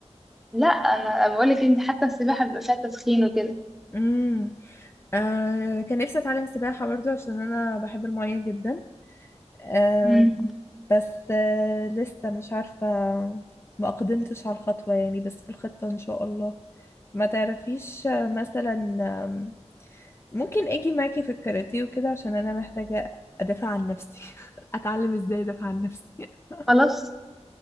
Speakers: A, in the centre; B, on the left.
A: لا انا بقول لك انت حتى السباحه بيبقى فيها تسخين وكده
B: امم آه كان نفسي أتعلم سباحة برضو عشان أنا بحب المية جدا آم،
A: امم
B: بس آه، لسه مش عارفة ما أقدمتش على الخطوة يعني بس في الخطة إن شاء الله ما تعرفيش آه، مثلا آم، ممكن أجي معاكي في الكاراتيه وكده عشان أنا محتاجة أدافع عن نفسي <laughs> أتعلم إزاي أدافع عن نفسي <laughs>
A: خلاص